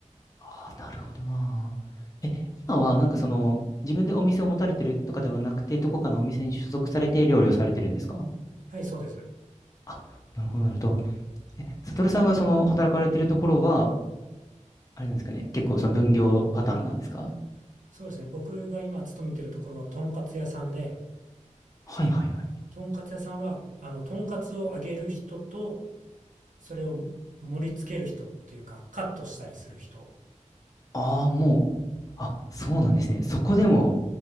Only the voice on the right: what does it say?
はい、そうです。
そうですね。僕が今勤めてるところは、とんかつ屋さんで、
とんかつ屋さんは、あの、とんかつを揚げる人と、それを盛り付ける人っていうか、カットしたりする人。